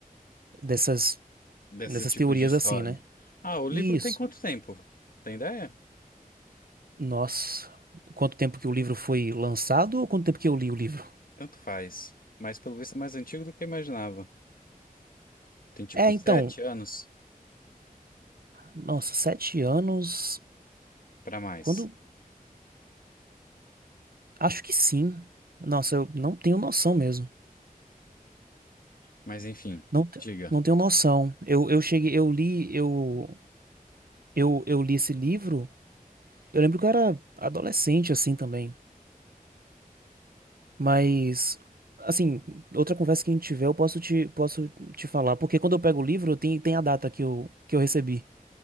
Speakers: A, on the right; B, on the left.
A: dessas,
B: desse
A: dessas
B: tipo
A: teorias
B: de história.
A: assim, né?
B: Ah, o livro
A: Isso.
B: tem quanto tempo? Tem ideia?
A: Nossa, quanto tempo que o livro foi lançado ou quanto tempo que eu li o livro?
B: Tanto faz. Mas pelo visto é mais antigo do que eu imaginava. Tem tipo
A: É,
B: uns
A: então,
B: sete anos
A: nossa, sete anos.
B: pra mais.
A: Quando? Acho que sim. Nossa, eu não tenho noção mesmo.
B: Mas enfim,
A: Não, te-
B: diga.
A: não tenho noção. Eu, eu cheguei, eu li, eu, eu, eu li esse livro. Eu lembro que eu era adolescente assim também. Mas, assim, outra conversa que a gente tiver, eu posso te, posso te falar. Porque quando eu pego o livro, tem, tem a data que eu, que eu recebi.